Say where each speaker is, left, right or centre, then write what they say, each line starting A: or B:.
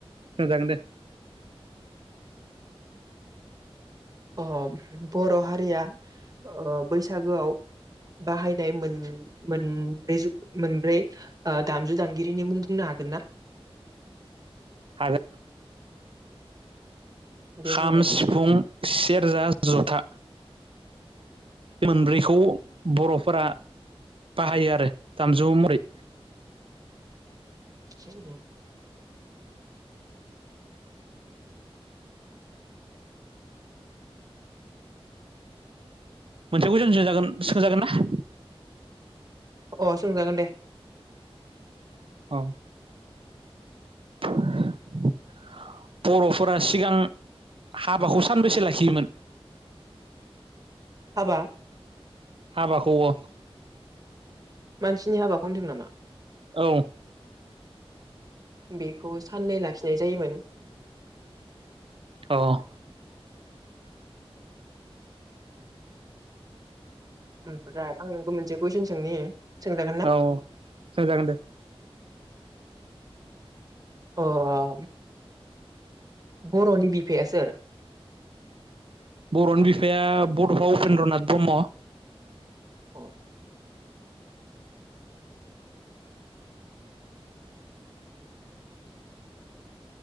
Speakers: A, on the right; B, on the right.
A: सोंजागोन दे
B: अह बर' हारिया अ बैसागोआव बाहायनाय मोन-मोनब्रै-मोनब्रै ओ दामजु दाम गिरीनि मुं बुंनो हागोनना?
A: हागो। <unintelligible>
B: दे
A: खाम
B: बुंलाय
A: सिफुं सेरजा जुथा। बे मोनब्रैखौ बर'फोरा बाहायो आरो दामजु मरै।
B: <unintelligible>
A: मोनसे कुइसन सोंजागोन सोंजागोन ना?
B: अ सोंजागोन दे
A: अ <unintelligible> बर'फोरा सिगां हाबाखौ सानबेैसे लाखियोमोन?
B: हाबा
A: हाबाखौव
B: मानसिनि हाबाखौ होनदों नामा?
A: औ
B: बेखौ साननै लाखिनाय जायोमोन।
A: अह
B: ओमफ्राय आं नोंखौ मोनसे कुइसन सोंनि। सोंजागोन ना
A: औ सों जागोन दे।
B: औ बर'नि बिफाया सोर?
A: बर'नि बिफाया बड'फा उपेन्द्र नाथ ब्रह्म।
B: औ